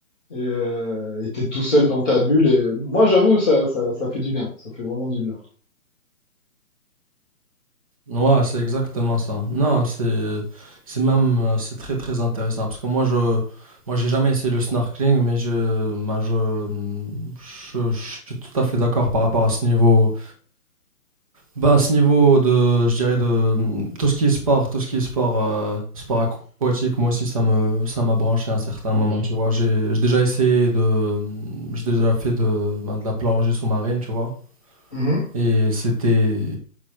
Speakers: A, in the centre; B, on the right.
A: Et euh, et t'es tout seul dans ta bulle. Et moi, j'avoue, ça, ça, ça fait du bien. Ça fait vraiment du bien.
B: Ouais, c'est exactement ça. Non, c'est, c'est même, euh, c'est très très intéressant parce que moi je, moi j'ai jamais essayé le snorkeling, mais je, bah, je, je, je suis tout à fait d'accord par rapport à ce niveau. Bah, à ce niveau de, je dirais de mm, tout ce qui est sport, tout ce qui est sport, euh, sport aquatique, moi aussi ça me, ça m'a branché à un certain moment, tu vois. J'ai, j'ai déjà essayé de, mm, j'ai déjà fait de, bah, de la plongée sous-marine, tu vois.
A: <laughs> Mhm.
B: Et c'était,